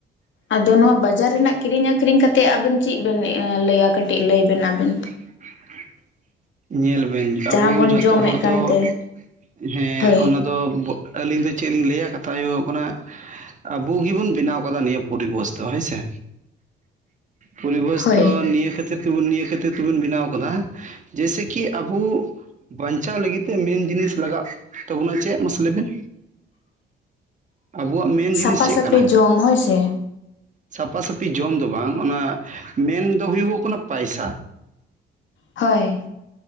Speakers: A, on the left; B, on the right.
A: ᱟᱫᱚ ᱱᱚᱣᱟ ᱵᱟᱡᱟᱨ ᱨᱮᱱᱟᱜ ᱠᱤᱨᱤᱧ ᱟᱠᱷᱨᱤᱧ ᱠᱟᱛᱮᱫ ᱟᱵᱤᱱ ᱪᱮᱫ ᱵᱤᱱ ᱞᱟᱹᱭᱟ ᱠᱟᱹᱴᱤᱡ ᱞᱟᱹᱭ ᱵᱤᱱ ᱟᱵᱤᱱ᱾
B: <unintelligible> ᱧᱮᱞ ᱵᱤᱱ ᱟᱵᱚ
A: ᱡᱟᱦᱟᱸ ᱵᱚᱱ
B: ᱡᱚᱛᱚ
A: ᱡᱚᱢᱮᱫ
B: ᱦᱚᱲ
A: ᱠᱟᱱᱛᱮ
B: ᱫᱚ ᱦᱮᱸ
A: ᱦᱳᱭ
B: ᱚᱱᱟ ᱟᱫᱚ ᱟᱹᱞᱤᱧ ᱫᱚ ᱪᱮᱫ ᱞᱤᱧ ᱞᱟᱹᱭᱼᱟ ᱠᱟᱛᱷᱟ ᱫᱚ ᱦᱳᱭᱳᱜ ᱠᱟᱱᱟ ᱟᱵᱚ ᱜᱮᱵᱚᱱ ᱵᱮᱱᱟᱣ ᱠᱟᱫᱟ ᱱᱤᱭᱟᱹ ᱯᱚᱨᱤᱵᱚᱥ ᱫᱚ ᱦᱳᱭ ᱥᱮ᱾ ᱯᱚᱨᱤᱵᱮᱥ
A: ᱦᱳᱭ
B: ᱫᱚ ᱱᱤᱭᱟᱹ ᱠᱷᱟᱹᱛᱤᱨ ᱛᱮᱵᱚᱱ ᱱᱤᱭᱟᱹ ᱠᱷᱟᱹᱛᱤᱨ ᱛᱮᱵᱚᱱ ᱵᱮᱱᱟᱣ ᱠᱟᱫᱟ᱾ ᱡᱮᱭᱥᱮ ᱠᱤ ᱟᱵᱚ ᱵᱟᱧᱪᱟᱣ ᱞᱟᱹᱜᱤᱫ ᱛᱮ ᱢᱮᱱ ᱡᱤᱱᱤᱥ ᱞᱟᱜᱟᱜ ᱛᱟᱵᱚᱱᱟ ᱪᱮᱫ ᱢᱟᱥᱮ ᱞᱟᱹᱭ ᱵᱤᱱ᱾ ᱟᱵᱚᱣᱟᱜ ᱢᱮᱱ
A: ᱥᱟᱯᱷᱟ
B: ᱡᱤᱱᱤᱥ ᱪᱮᱫ
A: ᱥᱟᱹᱯᱷᱤ
B: ᱠᱟᱱᱟ
A: ᱡᱚᱢ ᱦᱳᱭ ᱥᱮ
B: ᱥᱟᱯᱟ ᱥᱟᱹᱯᱤ ᱡᱚᱢ ᱫᱚ ᱵᱟᱝ ᱚᱱᱟ ᱢᱮᱱ ᱫᱚ ᱦᱩᱭᱩᱜᱚᱜ ᱠᱟᱱᱟ ᱯᱟᱭᱥᱟ᱾
A: ᱦᱳᱭ